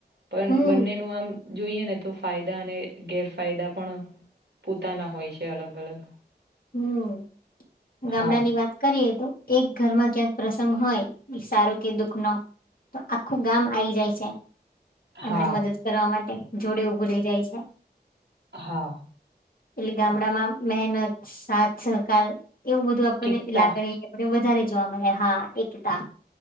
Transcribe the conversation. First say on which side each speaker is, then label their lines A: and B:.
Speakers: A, on the right; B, on the left.
A: પણ
B: હમ.
A: બંનેનું આમ જોઈએ ને તો ફાયદા અને ગેરફાયદા પણ પોતાના હોય છે અલગ અલગ
B: હ ગામડા
A: હા
B: ની વાત કરીએ એક ઘરમાં ક્યાંક પ્રસંગ હોય સારું કે દુઃખ નો તો આખું ગામ આઈ જાય છે. એમને
A: હા
B: મદદ કરવા માટે જોડે ઉભું રહી જાય છે.
A: હા.
B: એટલે ગામડામાં મહેનત સાથ સરહકાર એવું બધું આપણને
A: એકતા
B: લાગણી વધારે જોવા મળે હા એકતા